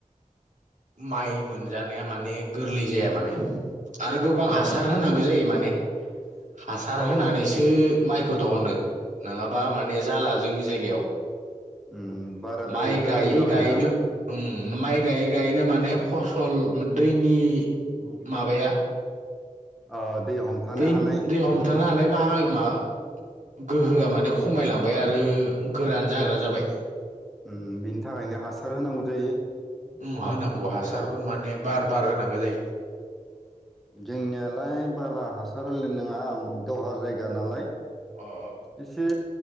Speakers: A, on the right; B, in the centre.
A: माइ मोनजानाया माने गोरलै जाया माने आरो गोबां
B: अ
A: हासार होनांगौ जायो माने हासार
B: औ
A: होनानैसो माइ बे खौ दहनो नङाबा माने जाला जोंनि जायगायाव
B: उम बाराद्राय
A: माइ
B: गोरान
A: गायै
B: जाबायना
A: गायैनो उम माइ गायै गायैनो माने फसल दैनि माबाया
B: अ दै हमथानो
A: दै
B: हानाय
A: दै हमथानो हानाय बाहागो मा गोहोआ माने खमायलांबाय आरो गोरान जाग्रा जाबाय
B: होम बिनि थाखायनो हासार होनांगौ जायो
A: उम होनांगौ हासार खौ माने
B: औ
A: बार बार होनांगौ जायो
B: जोंनियालाय बाला हासार होनायनो नङा दहार जायगा नालाय
A: अ
B: एसे